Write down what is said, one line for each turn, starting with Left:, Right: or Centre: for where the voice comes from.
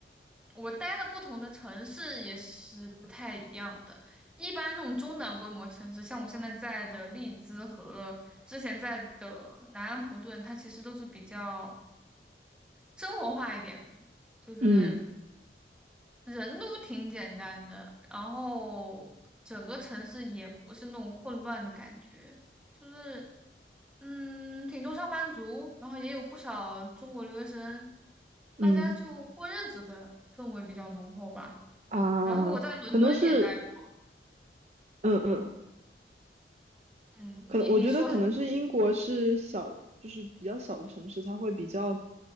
Centre: 我待的不同的城市也是不太一样的。一般那种中等规模城市，像我现在在的利兹和之前在的南安普顿，它其实都是比较生活化一点，就是
Right: 嗯
Centre: 人都挺简单的，然后整个城市也不是那种混乱的感觉。就是嗯，挺多上班族，然后也有不少中国留学生，
Right: 嗯
Centre: 大家就过日子的氛围比较浓厚吧。
Right: 啊，
Centre: 然后我在伦敦也待过，
Right: 可能是嗯嗯
Centre: 嗯，
Right: 可能我觉得可能是英国是小，
Centre: 你你说，
Right: 就是比较小的城市，它会比较，